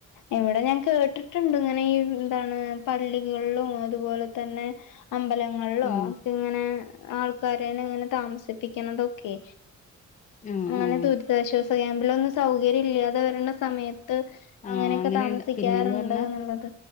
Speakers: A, on the left; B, on the left.
A: ഇവിടെ ഞാൻ കേട്ടിട്ടുണ്ട് ഇങ്ങനെ ഈ എന്താണ് പള്ളികളിലും അത്പോലെ തന്നെ അമ്പലങ്ങളിലോ
B: ഉം
A: ഒക്കെ ഇങ്ങനെ ആൾക്കാരെനെ ഇങ്ങനെ താമസിപ്പിക്കുന്നതൊക്കെ.
B: ആഹ് ആഹ്
A: പിന്നെ ദുരിതാശ്വാസ ക്യാമ്പിലൊന്നും സൗകര്യം ഇല്ലാതെ വരണ സമയത്ത്
B: ആഹ്
A: അങ്ങനൊക്കെ
B: അങ്ങനെയുണ്ട്
A: താമസിക്കാറുണ്ട്
B: പിന്നേന്ന് പറഞ്ഞാ
A: എന്നുള്ളത്.